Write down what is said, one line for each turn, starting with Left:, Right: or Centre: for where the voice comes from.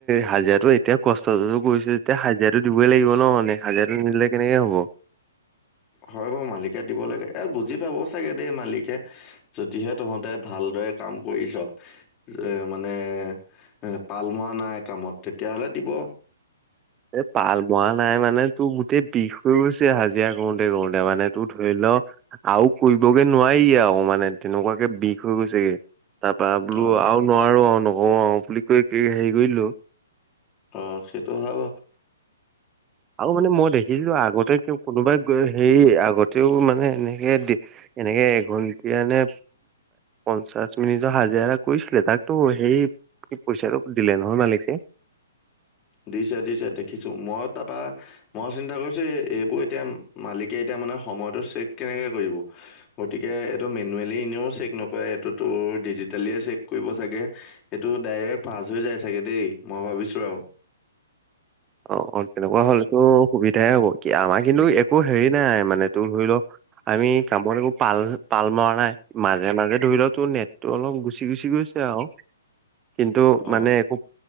Right: হাজিৰাটো এতিয়া কষ্টো কৰিছো যেতিয়া হাজিৰাটো দিবই লাগিব ন মানে। হাজাৰটো নিদিলে কেনেকে হ'ব।
Left: হয় বাৰু মালিকে দিব লাগে এ বুজি পাবও চাগে দেই মালিকে যদিহে তহঁতে ভাল। বেয়া কাম কৰিছ যে মানে। এ পাল মৱা নাই কামত তেতিয়াাহলে দিব।
Right: এ পাল মৰা নাই মানে তোৰ গোটেই বিষ হৈ গৈছে হাজিৰা কৰোতে কৰোতে মানে তোৰ ধৰি ল। আৰু কৰিবগে নোৱাৰি আৰু মানে তেনেকুৱাকে বিষ হৈ গৈছেগে। তাৰ পৰা বোলো
Left: অ
Right: আৰু নোৱাৰো আৰু নকওঁ অ বুলি কৈ কি হেৰি কৰিলো।
Left: অ সেইটো ভাব।
Right: আৰু মানে মই দেখিছিলো আগতে ক কোনোবাই গৈ হেৰি আগতেও মানে। এনেকে এনেকে এঘন্টিয়ানে পঞ্চাশ মিনিটৰ হাজিৰা কৰিছিলে। তাকটো সেই কি পইচাটো দিলে নহয় মালিকছে।
Left: দিছে দিছে দেখিছো মই তাৰপা মই চিন্তা কৰিছো এইবোৰ এতিয়া মালিকে এতিয়া। মানে সময়তটো চেক কেনেকে কৰিব গতিকে এইটো মেনুৱেলি এনেও চেক নকৰে এইটো তোৰ। ডিজিটেল চেক কৰিব চাগে সেইটো ডাইৰেক্ট পাছ হৈ যায় চাগে দেই মই ভাবিছো আৰু।
Right: অ অ তেনেকুৱা হলেতো সুবিধাই হব কি আমাৰ কিন্তু একো হেৰি নাই মানে তোৰ ধৰি লওক। আমি কামত একো পাল পাল মৰা নাই মাজে মাজে ধৰি লও তোৰ নেটটো অলপ গুচি গুচি গ। আৰু কিন্তু
Left: অ
Right: মানে একো